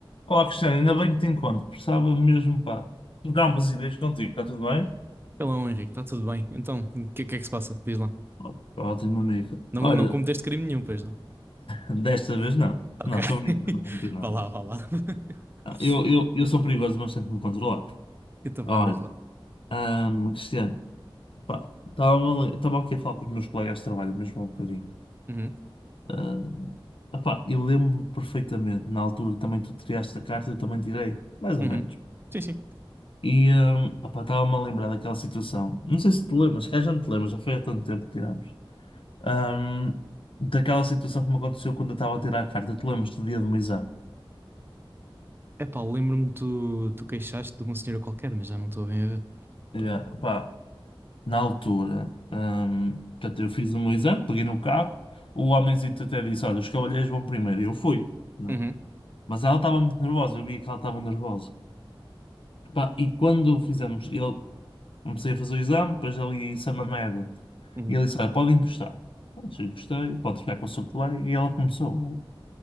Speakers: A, on the left (about 70°); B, on the right (about 25°).
A: Olá, Cristiano, ainda bem que te encontro. Precisava mesmo, pá, trocar umas ideias contigo. Está tudo bem?
B: Hello, Henrique, está tudo bem? Então, o que, que é que se passa? Diz lá.
A: Ó- Ótimo, amigo.
B: Não,
A: Olha,
B: não cometeste crime nenhum, pois não?
A: desta vez não.
B: Ok.
A: Não, estou brincando,
B: <laughs>
A: não tem nada.
B: Vá lá, vá lá. <laughs>
A: Não, Eu, eu, eu sou perigoso, mas tento me controlar.
B: Então
A: Olha,
B: vá, diz lá.
A: ahm, Cristiano, pá, estava estava aqui a falar com os meus colegas de trabalho mesmo há um bocadinho.
B: Uhum,
A: Ahm, opá, eu lembro-me perfeitamente, na altura que também tu tiraste a carta, eu também tirei, mais ou
B: uhum.
A: menos.
B: Sim, sim.
A: E ahm, opá, estava-me a lembrar daquela situação. Não sei se te lembras, se calhar já não te lembras, já foi há tanto tempo que tirámos. Ahm, daquela situação que me aconteceu quando eu estava a tirar a carta, te lembras do dia do meu exame?
B: Epá, lembro-me tu, tu queixaste de uma senhora qualquer, mas já não estou bem a ver.
A: Yeah, pá, na altura, ahm, portanto, eu fiz o meu exame, peguei no carro, o homenzito até disse: Olha, os cavalheiros vão primeiro, e eu fui, né?
B: Uhum,
A: Mas ela estava muito nervosa, eu via que ela estava nervosa. Pá, e quando fizemos, ele comecei a fazer o exame, depois ali em Samamed,
B: uhum.
A: e ele disse: Olha, pode encostar. Pronto, eu encostei, pode ficar com o seu colega, e ela começou, olha,